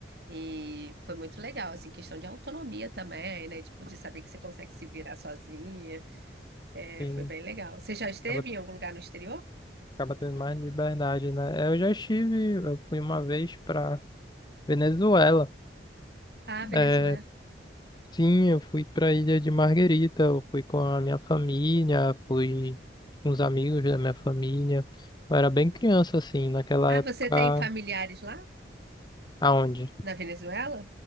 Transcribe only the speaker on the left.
Sim.
Acaba,
acaba tendo mais liberdade, né? É, Eu já estive, eu fui uma vez pra Venezuela.
É, sim, eu fui pra Ilha de Margarita, eu fui com a minha família, fui com os amigos da minha família. Eu era bem criança, assim, naquela
época.
Aonde?